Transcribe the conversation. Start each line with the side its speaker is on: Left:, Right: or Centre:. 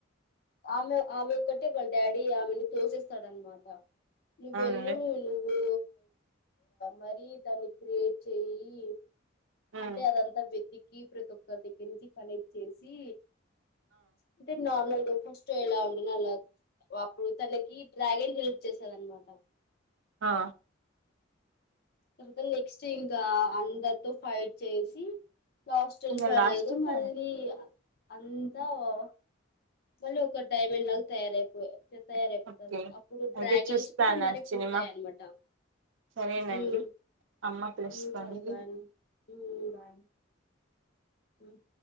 Left: ఆమె ఆమె ఒక్కటే వాళ్ళ డాడీ ఆమెని తోసేస్తాడనమాట నువ్వెళ్ళు
Right: అవునులే
Left: నువ్వు మరి దాన్ని క్రియేట్ చేయి ఏ
Right: ఉమ్
Left: అంటే అదంతా విధి కీ ప్రతి ఒక్కల దగ్గరరించి కనెక్ట్ చేసి అంటే నార్మల్ ఫస్ట్ో ఎలా ఉంటదో అలా అప్పుడు తనకి డ్రాగన్ రిలిప్ చేస్తది అనమాట
Right: ఆ
Left: తర్వాత నెక్స్ట్ ఇంకా అందరితో ఫైట్ చేసి లాస్ట్ అండ్
Right: ఇంగ
Left: ఫైనల్గా
Right: లాస్ట్ కి
Left: మళ్ళీ అంతా ఓ మళ్ళీ ఒక డైమండ్ లాగా తయారయిపోయ తయారయిపోతుది
Right: ఓకే
Left: అప్పుడు డ్రాగిన్స్
Right: అయితే చూస్తాను
Left: కూడా మరీ
Right: ఆ సినిమా
Left: పుడతాయ అన్నమాట
Right: సరేనండి
Left: హ్మ్మ్
Right: అమ్మ పిలుస్తుంది
Left: హ్మ్మ్ సరే హ్మ్మ్ బాయ్ అమ్మ హ్మ్మ్